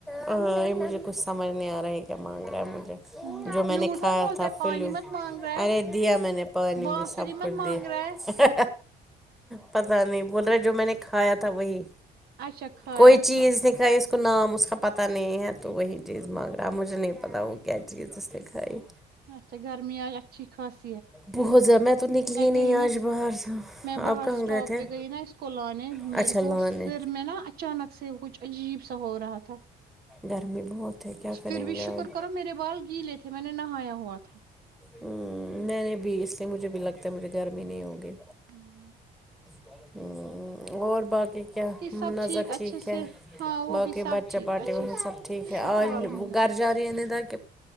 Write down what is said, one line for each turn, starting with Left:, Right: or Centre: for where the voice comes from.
Centre: ہاں <unintelligible> مجھے کچھ سمجھ آ رہا ہے کیا مانگا میں <unintelligible>
Right: فلوٹ
Centre: جو میں نے کھایا
Right: مت بولتا
Centre: تھا
Right: ہے پانی
Centre: پ لوں
Right: مت مانگ رہا ہے
Centre: ارے دیا میں نے پانی
Right: بانسری
Centre: بھی سب
Right: مت
Centre: کچھ
Right: مانگ
Centre: دیا
Right: رہا ہے
Centre: پتا نہیں بول رہے جو میں نے کھایا تھا وہی
Right: اچھا کھیات
Centre: کوئی چیز
Right: تھا
Centre: نہیں کھائی اس کو نام اس کا پتا نہیں ہے تو وہی چیز مانگ رہا مجھے نہیں پتا وہ کیا چیز اس نے کھائی
Right: اچھا گرمیں اچھی خاص
Centre: بہت زیادہ میں تو نکلی
Right: میں
Centre: نہیں
Right: گئی
Centre: آج
Right: نا
Centre: باہر سے
Right: میں
Centre: آپ
Right: باہر
Centre: کہاں
Right: اسٹاپ
Centre: گئے تھے
Right: پہ گئی نا اس کو لنے
Centre: اچھا
Right: میرے
Centre: لان
Right: کو سر
Centre: ہے
Right: میں نا اچانک سے کچھ عجیب سا ہو رہا تھا
Centre: گرمی بہت ہے کیا کریں
Right: پھر بھی
Centre: گے آج
Right: شکر کرو میرے بال گیلے تھے میں نے نہایا ہوا تھا
Centre: ہ میں نے بیس <unintelligible> نہیں مجھے بھی لگتا ہے مجھے گرمی نہیں ہوگی
Right: ہوں <unintelligible>
Centre: ہوں <unintelligible> اور باقی کیا نظر
Right: سب اچھے
Centre: ٹھیک ہے
Right: سے ہاں وہ
Centre: باقی
Right: بھی سب
Centre: بچہ
Right: ٹھیک
Centre: پارٹی
Right: اچھے سے
Centre: سب ٹھیک ہے
Right: شکر
Centre: آج
Right: الحمد اللہ
Centre: گھر جا رہی ہیں نہیں تک